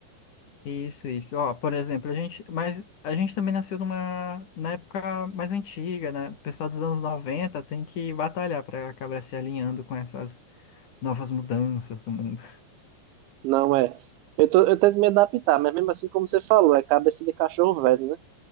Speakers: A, on the left; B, on the right.
A: Isso, isso. Ó, por exemplo, a gente, mas a gente também nasceu numa, na época mais antiga, né? O pessoal dos anos 90 tem que batalhar para acabar se alinhando com essas novas mudanças do mundo.
B: Não é. Eu, tô, eu tento me adaptar, mas mesmo assim, como você falou, é cabeça de cachorro velho, né?